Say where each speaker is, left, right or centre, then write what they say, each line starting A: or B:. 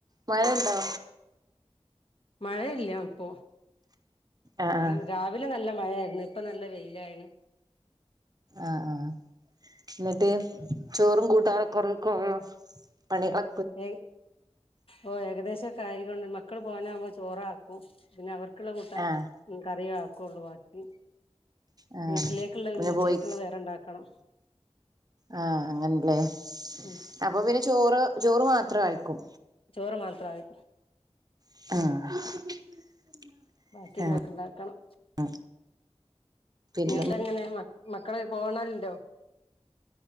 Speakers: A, on the right (about 35°); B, on the left (about 55°).
A: മഴയുണ്ടോ
B: മഴയില്ല ഇപ്പൊ
A: ആഹ്
B: മഴ
A: ആഹ്
B: രാവി ലെ നല്ല മഴയായിരുന്നു ഇപ്പൊ നല്ല വെയിലായിണ്
A: ആഹ് ആഹ് എന്നിട്ട് ചോറും കൂട്ടാനൊക്കെ കൊറേയൊക്കെ ആയോ പണികളൊ
B: ഏ ഓ ഏകദേശവൊക്കെ ആയിക്കണ് ഇനി മക്കള് പോവാനാകുമ്പോ ചോറാ ക്കും പിന്നെ അവർക്കുള്ള കൂട്ടാൻ
A: ആഹ്
B: കറിയേ ആക്കൂള്ളൂ ബാക്കി
A: ആ
B: വീട്ടിലേക്കുള്ള
A: പിന്നെ
B: ഉച്ചക്കുള്ള
A: പോയി
B: വേറെ ഉണ്ടാക്കണം
A: ആഹ് അങ്ങനല്ലേ
B: ഉം
A: അപ്പൊപ്പിന്നെ ചോറ് ചോറ് മാത്രം ആയിക്കും
B: ചോറ് മാത്രം ആയി
A: ആഹ്
B: ബാക്കിയുള്ളതൊക്കെ ഉണ്ടാക്കണം
A: പിന്നെ
B: നിങ്ങളടെതെങ്ങനെയാണ് മക്കള് പോണലുണ്ടോ